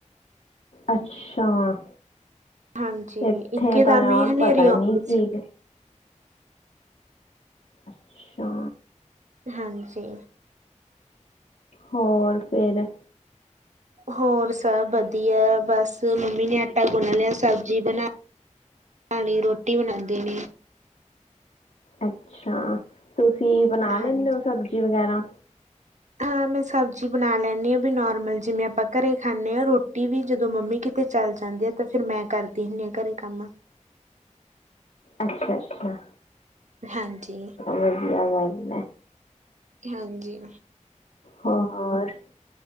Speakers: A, on the left (about 75°); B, on the right (about 70°).
A: ਅੱਛਾ,
B: ਹਾਂਜੀ
A: ਏਥੇ
B: ਇੱਕੇ ਦਮ
A: ਤਾਂ ਯਾਰ
B: ਹੀ ਹਨੇਰੀ
A: ਪਤਾ
B: ਆਉਂਦੀ
A: ਈ ਨੀ ਕੀ
B: ਸੀ।
A: ਅੱਛਾ।
B: ਹਾਂਜੀ।
A: ਹੋਰ ਫੇਰ?
B: ਹੋਰ ਸਭ ਵਧੀਆ, ਬਸ ਮੰਮੀ ਨੇ ਆਟਾ ਗੁਨ ਲੇਆ, ਸਬਜ਼ੀ ਬਣਾ ਪਾਣੀ ਰੋਟੀ ਬਣਾਦੇ ਨੇ।
A: ਅੱਛਾ, ਤੁਸੀਂ ਬਣਾ ਲੈਂਨੇ
B: ਹਾਂਜੀ।
A: ਓ ਸਬਜ਼ੀ ਵਗੈਰਾ?
B: ਹਾਂ, ਮੈਂ ਸਬਜ਼ੀ ਬਣਾ ਲੈਂਣੀ ਬੀ, ਨੋਰਮਲ ਜਿਮੇ ਆਪਾਂ ਘਰੇ ਖਾਣੇ ਆਂ, ਰੋਟੀ ਵੀ ਜਦੋਂ ਮੰਮੀ ਕਿਤੇ ਚੱਲ ਜਾਂਦੀ ਆ ਤੇ ਫੇਰ ਮੈਂ ਕਰਦੀ ਹੁਣੀ ਘਰੇ ਕੰਮ।
A: ਅੱਛਾ-ਅੱਛਾ।
B: ਹਾਂਜੀ।
A: ਵਧੀਆ ਗੱਲ ੲੈ।
B: ਹਾਂਜੀ।
A: ਹੋਰ